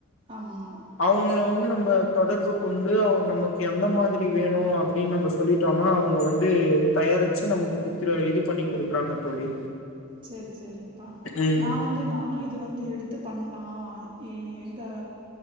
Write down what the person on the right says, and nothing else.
ஆமா.
செரி செரிப்பா
நா வந்து நானு இது வந்து எடுத்து பண்லா ஏ எங்க